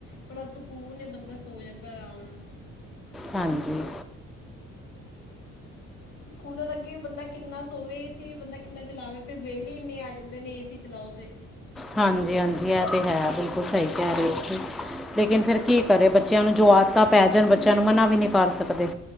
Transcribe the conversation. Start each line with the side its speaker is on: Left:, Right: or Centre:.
Left: ਥੋੜਾ ਸਕੂਨ ਏ ਬੰਦਾ ਸੋ ਜਾਂਦਾ ਆਰਾਮ ਨਾਲ।
Centre: ਹਾਂਜੀ।
Left: ਕੂਲਰ ਅੱਗੇ ਵੀ ਬੰਦਾ ਕਿੰਨਾ ਸੋਵੇ ਏ ਸੀ ਵੀ ਬੰਦਾ ਕਿੰਨਾ ਚਲਾਵੇ ਫੇਰ ਬਿਲ ਈ ਏਨੇ ਆ ਜਾਂਦੇ ਨੇ ਏ ਸੀ ਚਲਾਓ ਤੇ।
Centre: ਹਾਂਜੀ-ਹਾਂਜੀ ਐ ਤੇ ਹੈ ਬਿਲਕੁਲ ਸਈ ਕੈ ਰੇ ਓਂ ਤੁਸੀ। ਲੇਕਿਨ ਫੇਰ ਕੀ ਕਰੇ ਬੱਚਿਆਂ ਨੂੰ ਜੋ ਆਦਤਾਂ ਪੈ ਜਾਨ ਬੱਚਿਆਂ ਨੂੰ ਮਨਾ ਵੀ ਨਈ ਕਰ ਸਕਦੇ।